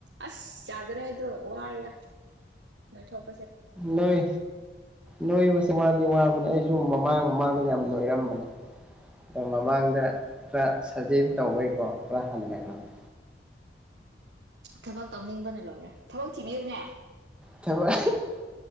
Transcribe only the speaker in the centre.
ꯅꯣꯏ ꯅꯣꯏꯕꯁꯤ ꯋꯥꯗꯤ ꯋꯥ ꯑꯗꯨꯅꯦ ꯑꯩꯖꯨ ꯃꯃꯥꯡ ꯃꯃꯥꯡꯗ ꯌꯥꯝ ꯅꯣꯏꯔꯝꯕꯅꯦ ꯃꯃꯥꯡꯗ ꯈꯔ ꯁꯥꯖꯦꯟ ꯇꯧꯕꯩꯀꯣ ꯈꯔ ꯍꯟꯗꯔꯝꯃꯦ꯫
ꯊꯕꯛ